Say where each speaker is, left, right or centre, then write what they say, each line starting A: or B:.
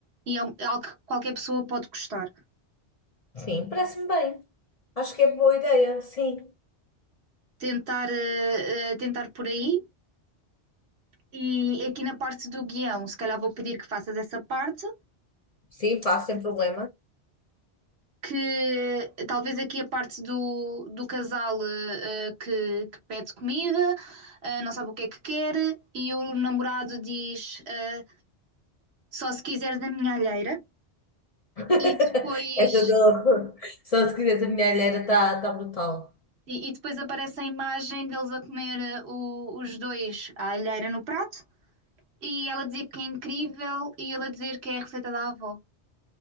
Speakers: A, on the right; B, on the left.
A: e é um- é algo que qualquer pessoa pode gostar.
B: Sim, parece-me bem. Acho que é boa ideia, sim.
A: Tentar, ah, ah, tentar por aí. E aqui na parte do guião, se calhar vou pedir que faças essa parte,
B: Sim, faço sem problema.
A: que talvez aqui a parte do, do casal eh, eh, que, que pede comida, eh, não sabe o que é que quer, e o namorado diz eh, só se quiseres da minha alheira,
B: <laughs>
A: e depois,
B: Essa do... Só se quiseres a minha alheira está tá tá brutal.
A: e, e depois aparece a imagem deles a comer eh, o- os dois a alheira no prato, e ela dizer que é incrível, e ele a dizer que é a receita da avó.